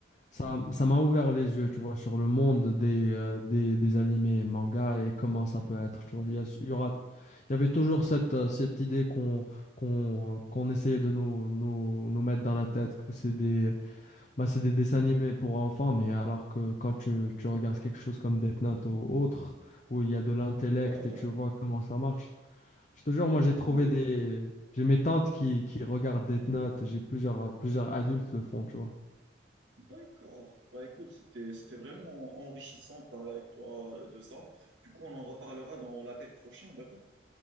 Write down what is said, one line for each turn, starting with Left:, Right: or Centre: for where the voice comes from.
Left: ça, ça m'a ouvert les yeux, tu vois, sur le monde des, euh, des, des animés et mangas et comment ça peut être, tu vois. Il y a- il y aura, il y avait toujours cette, euh, cette idée qu'on, qu'on, qu'on essayait de nous, nous, nous mettre dans la tête que c'est des bah, c'est des dessins animés pour enfants, mais alors que quand tu, tu regardes quelque chose comme Death Note ou autre, où il y a de l'intellect
Right: Ouais, ouais.
Left: et tu vois comment ça marche, je te jure, moi
Right: Et du
Left: j'ai trouvé
Right: coup,
Left: des... J'ai mes tantes qui, qui regardent Death Note, j'ai plusieurs, plusieurs adultes le font, tu vois.
Right: d'accord. Bah écoute, c'était, c'était vraiment enrichissant de parler avec toi de ça. Du coup, on en reparlera dans l'appel prochain, d'accord?